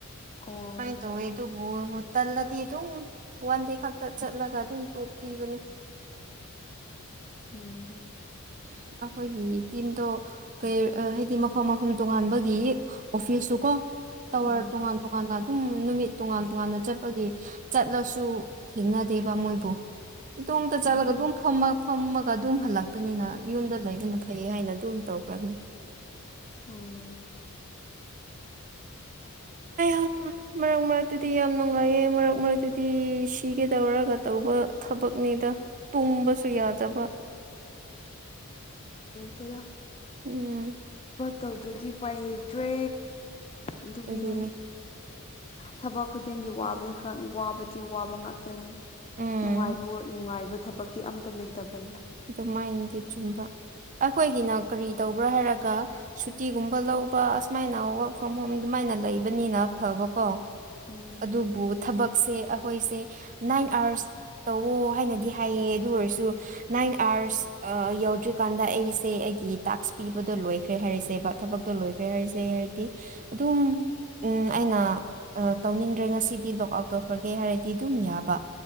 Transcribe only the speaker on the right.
ꯑꯗꯨꯃꯥꯏꯅ ꯇꯧꯋꯦ ꯑꯗꯨꯕꯨ ꯇꯜꯂꯗꯤ ꯑꯗꯨꯝ ꯋꯥꯟ ꯗꯦ ꯈꯛꯇ ꯆꯠꯂꯒ ꯁꯟꯇꯣꯞꯄꯤꯤꯕꯅꯤ
<inaudible> ꯑꯩꯈꯣꯏꯒꯤ ꯇꯤꯝꯗꯣ ꯀ ꯍꯥꯏꯗꯤ ꯃꯐꯝ ꯃꯐꯝ ꯇꯣꯉꯥꯟꯕꯒꯤ ꯑꯣꯐꯤꯁꯇꯨ ꯀꯣ ꯇꯧꯔ
ꯇꯣꯉꯥꯟ ꯇꯣ ꯀꯥꯟ ꯑꯗꯨꯝ ꯅꯨꯃꯤꯠ ꯇꯣꯉꯥꯟ ꯇꯣꯉꯥꯟꯅ ꯆꯠꯄꯒꯤ ꯆꯠꯂꯁꯨ ꯊꯦꯡꯅꯗꯦꯕ ꯃꯣꯏꯕꯨ ꯏꯇꯨꯡꯇ
ꯆꯠꯂꯒ ꯑꯗꯨꯝ ꯐꯝ ꯐꯝꯃꯒ ꯑꯗꯨꯝ ꯍꯜꯂꯒꯦ ꯂꯄꯅꯤꯅ ꯌꯨꯝꯗ ꯂꯩꯕꯅ ꯐꯩꯌꯦ ꯍꯥꯏꯅ ꯑꯗꯨꯝ ꯇꯧꯈ꯭ꯔꯕꯅꯤ
ꯍꯣꯏ ꯍꯣꯏ ꯃꯔꯛ ꯃꯔꯛꯇꯗꯤ ꯌꯥꯝ ꯅꯨꯡꯉꯥꯏꯌꯦ ꯃꯔꯛ ꯃꯔꯛꯇꯗꯤ ꯁꯤꯒꯗꯧꯔꯒ ꯇꯧꯕ ꯊꯕꯛꯅꯤ ꯇꯨꯝꯕꯁꯨ ꯌꯥꯗꯕ
ꯎꯝ
ꯑꯗꯨꯅꯤ
ꯎꯝ
ꯑꯗꯨꯃꯥꯏꯟꯗꯤ ꯆꯨꯝꯕ ꯑꯩꯈꯣꯏꯒꯤꯅ ꯀꯔꯤ ꯇꯧꯕ꯭ꯔꯥ ꯍꯥꯏꯔꯒ ꯁꯨꯇꯤꯒꯨꯝꯕ ꯂꯧꯕ ꯑꯁꯨꯃꯥꯏꯅ ꯋꯥꯋꯔꯛ ꯐ꯭ꯔꯣꯝ ꯍꯣꯝ ꯑꯗꯨꯃꯥꯏꯅ ꯅ ꯂꯩꯕꯅꯤꯅ ꯐꯕꯀꯣ
ꯑꯗꯨꯕꯨ ꯊꯕꯛꯁꯦ ꯑꯩꯈꯣꯏꯁꯦ ꯅꯥꯏꯟ ꯑꯥꯋꯔꯁ ꯇꯧꯋ ꯍꯥꯏꯅꯗꯤ ꯍꯥꯏꯌꯦ ꯑꯗꯨ ꯑꯣꯏꯔꯁꯨ ꯅꯥꯏꯟ ꯑꯥꯔꯁ ꯌꯧꯗ꯭ꯔꯤꯀꯥꯟꯗ ꯑꯩꯁꯦ ꯑꯩꯒꯤ ꯇꯥꯛꯁ ꯄꯤꯕꯗꯣ ꯂꯣꯏꯈ꯭ꯔꯦ ꯍꯥꯏꯔꯁꯦꯕ ꯊꯕꯛꯇꯣ ꯂꯣꯏꯈ꯭ꯔꯦ ꯍꯥꯏꯔꯤꯁꯦ ꯍꯥꯏꯗꯤ ꯑꯗꯨꯝ ꯎꯝ ꯑꯩꯅ ꯇꯧꯅꯤꯡꯗ꯭ꯔꯦ ꯉꯁꯤꯗꯤ ꯂꯣꯛ ꯑꯥꯎꯠ ꯇꯧꯈ꯭ꯔꯒꯦ ꯍꯥꯏꯔꯗꯤ ꯑꯗꯨꯝ ꯌꯥꯕ